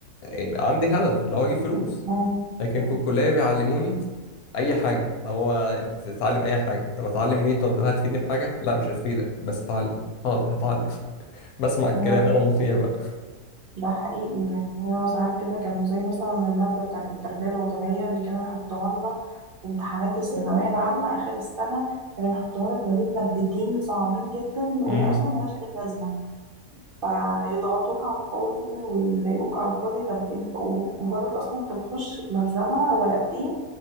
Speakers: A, on the left; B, on the right.
A: يبقى عندي هدف اللي هو اجيب فلوس
B: مم.
A: لكن في الكلية بيعلموني أي حاجة اللي هو أنت تتعلم أي حاجة طب أتعلم ليه طب ده هتفيدني بحاجة لا مش هتفيدك بس أتعلم حاضر هتعلم <laughs> بسمع الكلام
B: مم.
A: أنا مطيع بقى
B: ده حقيقي يعني هو ساعات كده كانوا زي مثلا المادة بتاعة التربية الوطنية اللي كانوا يحطوها لنا في امتحانات الثانوية العامة آخر السنة كانوا يحطوها لك ما بين مادتين صعبين جدا وهي
A: امم
B: أصلا ملهاش أي لازمة فيضغطوك على الفاضي ويضايقوك على الفاضي طب انت مجرد اصلا انت بتخش بملزمة ورقتين